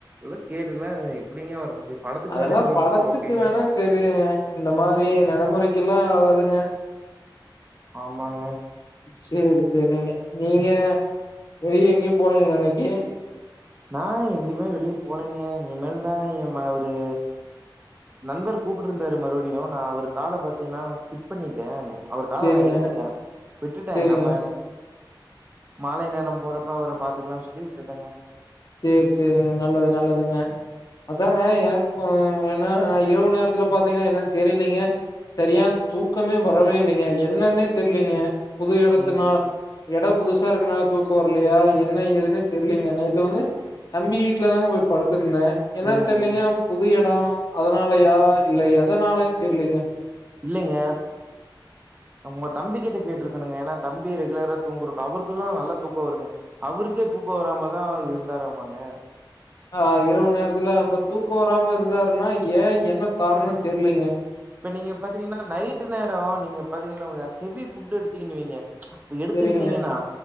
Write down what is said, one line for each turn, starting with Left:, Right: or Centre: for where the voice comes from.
Right: ஏதோ கேட்டுலாம் எப்டிங்கே வர முடியும் படத்துக்கு
Left: அதெல்லாம்
Right: வேணா இது வந்துட்டு
Left: படத்துக்கு
Right: ஓகேங்க.
Left: வேணா சரிங்க இந்த மாரி நடமுறைக்கெல்லாம் ஆகாதுங்க
Right: ஆமாங்க
Left: சரி சரி நீங்க வெளிய எங்கயு போலிங்களா இன்னைக்கு
Right: நா எங்கயுமே வெளியே போலேங்க இனி மேல் தா இ ம் அவரு நண்பர் கூப்ட்டுருந்தாரு மறுபடியும் நா அவர் கால பார்த்தீங்கன்னா நான் ஸ்கிப் பண்ணிட்டே அவரு கால
Left: சேரிங்க
Right: நா எடுக்கல விட்டுட்டேன்
Left: சேரிங்க
Right: நம்ம மாலை நேரம் போறப்ப அவர பாத்துக்கலாம்னு சொல்லி விட்டுட்டேங்க
Left: சேரி சேரிங்க நல்லது நல்லதுங்க அதாங்க எனக்கு என்ன இரவு நேரத்துல பார்த்தீங்கன் என்னன்னு தெரிலீங்க சரியா தூக்கமே வரவேல்லைங்க என்னன்னே தெரிலீங்க புது இடத்துனால
Right: ம்
Left: இடம் புதுசா இருக்குனால தூக்கம் வரலையா என்ன ஏதுன்னு தெரிலீங்க நேத்து வந்து தம்பி வீட்டு்ல தாங்க போய் படுத்துருந்தே என்னன்னு
Right: ம்
Left: தெரிலீங்க
Right: ம்
Left: புது இடம் அதனாலயா இல்ல எதனாலேன்னு தெரிலீங்க
Right: இல்லங்க உங்க தம்பி கிட்ட கேட்டிருக்கணுங்க ஏன்னா தம்பி ரெகுலரா தூங்கறது அவருக்கு தா நல்லா தூக்கம் வருங்க அவருக்கே தூக்கம் வராமதா இருந்தாராமங்க
Left: ஆ இரவு நேரத்துல அப்ப தூக்கம் வராம இருந்தாருன்னா ஏ என்ன காரணம் தெரிலேங்க
Right: இப்ப நீங்க பாத்தீங்கன்னா நைட் நேரம் நீங்க பாத்தீங்கன்னா உங்க ஹெவி ஃபுட் எடுத்தீங்கனு வைங்க. இப்ப எடுத்திருந்தீங்கன்னா
Left: சரிங்க.